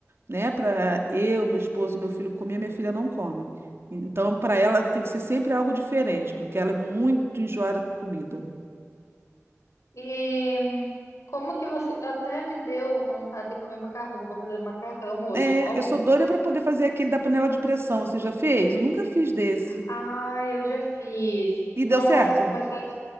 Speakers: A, on the right (about 55°); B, on the left (about 75°).
A: né, para eu, meu esposo, meu filho comer, minha filha não come. Então, para ela, tem que ser sempre algo diferente, porque ela é muito enjoada com comida.
B: E hum, como que você até me deu vontade de comer macarrão. Vou fazer macarrão hoje
A: É,
B: no almoço.
A: eu sou doida para poder fazer aquele da panela de pressão. Você já fez? Eu nunca fiz desse.
B: Ah, eu já fiz.
A: E
B: Nossa,
A: deu certo?
B: mas faz